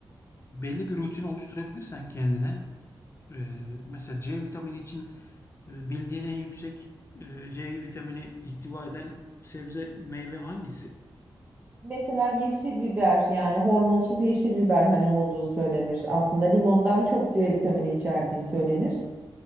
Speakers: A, on the left; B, on the right.
A: belli bir rutin oluşturabilirsen kendine e, mesela C vitamini için e, bildiğin en yüksek e, C vitamini ihtiva eden sebze meyve hangisi?
B: Mesela yeşil biber yani hormonsuz yeşil biber hani olduğu söylenir. Aslında limondan çok C vitamini içerdiği söylenir.